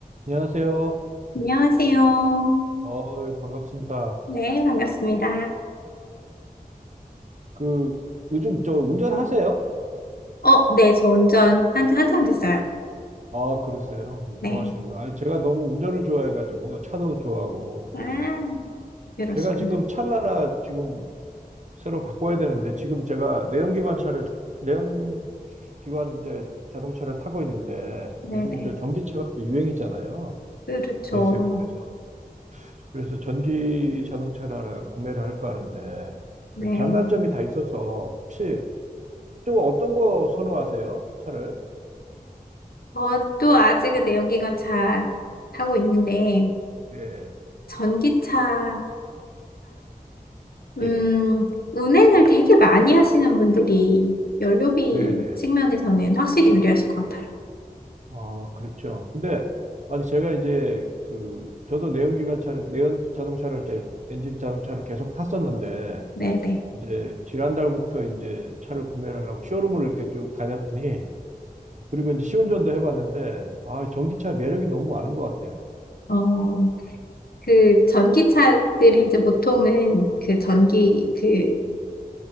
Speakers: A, on the right; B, on the left.
A: 안녕하세요.
B: 안녕하세요.
A: 어유, 반갑습니다.
B: 네, 반갑습니다.
A: 그, 요즘 저 운전하세요?
B: 어, 네, 저 운전
A: 네.
B: 한, 한참 됐어요.
A: 아, 그러세요. 음,
B: 네.
A: 좋아하시는구나. 아니, 제가 너무 운전을 좋아해가지고, 차도 좋아하고,
B: 아,
A: 그래서
B: 이러시구나.
A: 제가 지금 차를 하나 지금 새로 바꿔야 되는데, 지금 제가 내연기관 차를, 내연기관 이제 자동차를 타고 있는데,
B: 네네.
A: 요즘 저 전기차가 또 유행이잖아요.
B: 그렇죠.
A: 대세고, 그래서. 그래서 전기 자동차를 하나 구매를 할까 하는데,
B: 네.
A: 그 장단점이 다 있어서, 혹시 좀 어떤 거 선호하세요? 차를?
B: 저도 아직은 내연기관차 타고 있는데,
A: 네,
B: 전기차가, 음,
A: 예,
B: 운행을 되게 많이 하시는 분들이 연료비
A: 네, 네.
B: 측면에서는 확실히 유리하실 것 같아요.
A: 아, 그렇죠. 근데 아니 제가 이제 그 저도 내연기관차를 내연 자동차를 이제 엔진 자동차를 계속 탔었는데
B: 네네.
A: 이제 지난달부터 이제 차를 구매를 하려고 쇼룸을 이렇게 쭉 다녔더니 그리고 이제 시운전도 해봤는데 아 전기차 매력이 너무 많은 것 같아요.
B: 어, 그 전기차들이 이제 보통은 그 전기 그